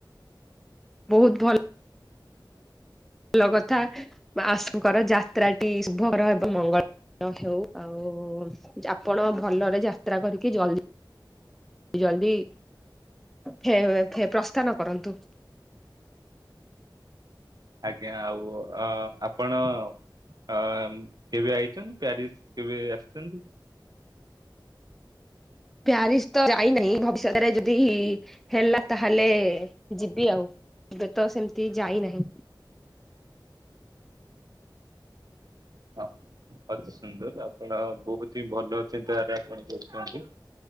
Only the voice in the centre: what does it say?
ବହୁତ୍ ଭଲ୍। ଲ କଥା ମାସଙ୍କର ଯାତ୍ରାଟି ଶୁଭକର ଏବଂ ମଙ୍ଗଳ ହେଉ ଆଉ ଆପଣ ଭଲରେ ଯାତ୍ରା କରିକି ଜଲଦି ଜଲଦି ଫେ ଫେ ପ୍ରସ୍ଥାନ କରନ୍ତୁ।
ପ୍ୟାରିସ୍ ତ ଯାଇନି ଭବିଷ୍ୟତରେ ଯଦି ହି ହେଲା ତାହେଲେ ଯିବି ଆଉ। ଏବେ ତ ସେମିତି ଯାଇନାହିଁ।